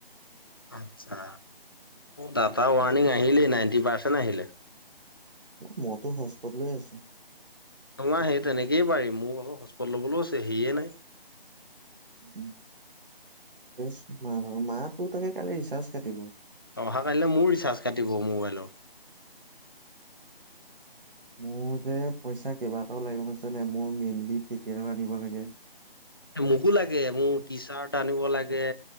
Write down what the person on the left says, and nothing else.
আচ্ছা। দাটা ৱাৰণিং
আহিলেই নাইনটি পাৰ্চ ন আহিলে
নহ সেই তেনেকেই পাৰি মোক আকৌ হটস্পত ল'বলৈও আছে। হেৰিয়ে নাই।
অহাকালিলৈ মোৰো ৰিচাৰ্জ কাটিব মোবাইলৰ।
এ মোকো লাগে, মোৰ টি চাৰ্ট আনিব লাগে।